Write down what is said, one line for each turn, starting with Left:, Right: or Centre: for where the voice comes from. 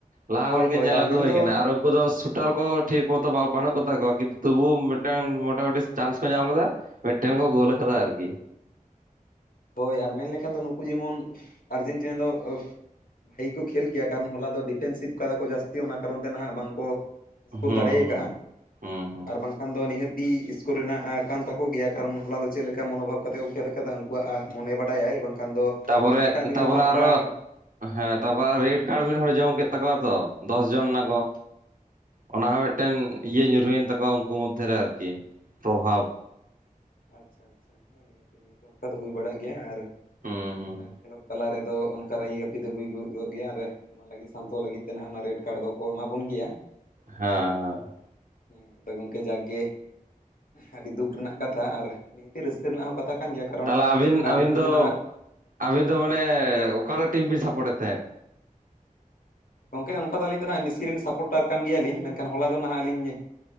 Right: ᱞᱟᱦᱟ
Left: ᱦᱳᱭ
Right: ᱠᱷᱚᱱ ᱜᱮ
Left: ᱦᱳᱭ
Right: ᱧᱮᱞ
Left: ᱟᱨ
Right: ᱟᱹᱜᱩ
Left: ᱢᱮᱱᱫᱚ
Right: ᱦᱩᱭ ᱟᱠᱟᱱᱟ ᱟᱨ ᱩᱱᱠᱩ ᱫᱚ ᱥᱩᱴᱟᱨ ᱠᱚ ᱴᱷᱤᱠ ᱢᱚᱛᱚ ᱵᱟᱹᱱᱩᱜ ᱠᱚᱛᱟ ᱠᱚᱣᱟ ᱠᱤᱱᱛᱩ ᱛᱚᱵᱩᱳ ᱢᱤᱫᱴᱟᱝ ᱢᱚᱴᱟᱢᱩᱴᱤ ᱪᱟᱱᱥ ᱠᱚ ᱧᱟᱢ ᱞᱮᱫᱟ ᱢᱤᱫᱴᱮᱱ ᱠᱚ ᱜᱳᱞ ᱠᱟᱫᱟ ᱟᱨᱠᱤ᱾
Left: ᱦᱳᱭ ᱟᱨ ᱢᱮᱱ ᱞᱮᱠᱷᱟᱱ ᱫᱚ ᱱᱩᱠᱩ ᱡᱮᱢᱚᱱ ᱟᱨᱡᱮᱱᱴᱤᱱᱟ ᱫᱚ ᱵᱷᱟᱹᱜᱤ ᱠᱚ ᱠᱷᱮᱞ ᱠᱮᱭᱟ ᱠᱟᱨᱚᱱ ᱦᱚᱞᱟ ᱫᱚ ᱰᱤᱯᱷᱮᱱᱥᱤᱵᱽ ᱠᱟᱫᱟ ᱠᱚ ᱡᱟᱹᱥᱛᱤ ᱚᱱᱟ ᱠᱟᱨᱚᱱ ᱛᱮ ᱱᱟᱦᱟᱜ ᱵᱟᱝᱠᱚ, ᱮᱥᱠᱳᱨ
Right: ᱦᱩᱸ
Left: ᱫᱟᱲᱮ
Right: ᱦᱩᱸ
Left: ᱠᱟᱜᱼᱟ᱾
Right: ᱦᱩᱸ ᱦᱩᱸ
Left: ᱟᱨ ᱵᱟᱝᱠᱷᱟᱱ ᱫᱚ ᱱᱤᱦᱟᱹᱛᱤ ᱤᱥᱠᱩᱨ ᱨᱮᱱᱟᱜ ᱠᱟᱱ ᱛᱟᱠᱚ ᱜᱮᱭᱟ ᱠᱟᱨᱚᱱ ᱦᱚᱞᱟ ᱫᱚ ᱪᱮᱫ ᱞᱮᱠᱟ ᱢᱚᱱᱳ ᱵᱷᱟᱵ ᱠᱟᱛᱮ ᱠᱚ ᱠᱷᱮᱞ ᱠᱟᱫᱟ ᱩᱱᱠᱩ ᱟᱜ ᱢᱚᱱᱮ ᱵᱟᱰᱟᱭᱟᱭ ᱵᱟᱝᱠᱷᱟᱱ ᱫᱚ
Right: ᱛᱟᱯᱚᱨᱮ
Left: ᱮᱴᱟᱜ ᱫᱤᱱ
Right: ᱛᱟᱯᱚᱨᱮ
Left: ᱫᱚ ᱱᱟᱦᱟᱜ ᱚᱱᱠᱟ-
Right: ᱟᱨᱚ ᱦᱮᱸ ᱛᱟᱨᱯᱚᱨ ᱨᱮᱰ
Left: ᱦᱩᱸ
Right: ᱠᱟᱨᱰ ᱢᱤᱫ ᱦᱚᱲᱮ ᱡᱚᱢ ᱠᱮᱫ ᱛᱟᱠᱚᱣᱟ ᱛᱚ ᱫᱚᱥ ᱡᱚᱱ ᱱᱟ ᱠᱚ᱾ ᱚᱱᱟ ᱦᱚᱸ ᱢᱮᱫᱴᱮᱱ ᱤᱭᱟᱹ ᱧᱩᱨᱦᱩᱭᱮᱱ ᱛᱟᱠᱚᱣᱟ ᱩᱱᱠᱩ ᱢᱚᱫᱽᱫᱷᱮ ᱨᱮ ᱟᱨᱠᱤ ᱯᱨᱚᱵᱷᱟᱵᱽ᱾
Left: ᱟᱪᱪᱷᱟ ᱟᱪᱪᱷᱟ ᱦᱮᱸ ᱱᱤᱭᱟᱹ ᱛᱮᱜᱮ ᱚᱱᱠᱟ ᱫᱚ ᱦᱩᱭ ᱵᱟᱲᱟᱜ ᱜᱮᱭᱟ ᱟᱨ-
Right: ᱦᱩᱸ ᱦᱮᱸ
Left: ᱠᱷᱮᱞᱳᱜ ᱛᱟᱞᱟ ᱨᱮᱫᱚ ᱚᱱᱠᱟ ᱨᱟᱹᱜᱤᱭᱟᱹ᱾ ᱦᱳᱭ ᱫᱚ ᱦᱩᱭ ᱜᱚᱫᱚᱜ ᱜᱮᱭᱟ ᱟᱨ ᱚᱱᱟ ᱞᱟᱹᱜᱤᱫ ᱥᱟᱱᱛᱚ ᱞᱟᱹᱜᱤᱫ ᱛᱮ ᱦᱟᱜ ᱚᱱᱟ ᱨᱮᱰ ᱠᱟᱨᱰ ᱫᱚᱠᱚ ᱮᱢᱟ ᱵᱚᱱ ᱜᱮᱭᱟ᱾
Right: ᱦᱮᱸ ᱦᱮᱸ
Left: ᱦᱳᱭ ᱟᱫᱚ ᱜᱚᱝᱠᱮ ᱡᱟᱜ ᱜᱮ ᱟᱹᱰᱤ ᱫᱩᱠ ᱨᱮᱱᱟᱜ ᱠᱟ- ᱛᱷᱟ ᱟᱨ ᱜᱚᱝᱠᱮ ᱨᱟᱹᱥᱠᱟᱹ ᱨᱮᱱᱟᱜ ᱦᱚᱸ ᱠᱟᱛᱷᱟ- ᱠᱟᱨᱚᱱ
Right: ᱛᱟᱦᱚᱞᱮ ᱟᱹᱵᱤᱱ
Left: ᱟᱨ
Right: ᱟᱹᱵᱤᱱ
Left: ᱱᱩᱠᱩ
Right: ᱫᱚ
Left: ᱱᱟᱦᱟᱜ
Right: ᱟᱹᱵᱤᱱ ᱫᱚ ᱢᱟᱱᱮ ᱚᱠᱟ ᱫᱚ ᱴᱤᱢ ᱵᱤᱱ ᱥᱟᱯᱳᱨᱴ ᱮᱫ ᱛᱟᱦᱮᱸᱫ?
Left: ᱜᱚᱝᱠᱮ ᱚᱱᱠᱟ ᱫᱚ ᱟᱹᱞᱤᱧ ᱫᱚ ᱱᱟᱜ ᱢᱤᱥᱤ ᱨᱮᱱ ᱥᱟᱯᱳᱴᱟᱨ ᱠᱟᱱ ᱜᱮᱭᱟᱞᱤᱧ ᱢᱮᱱᱠᱷᱟᱱ ᱦᱚᱞᱟ ᱫᱚ ᱱᱟᱦᱟᱜ ᱟᱹᱞᱤᱧ-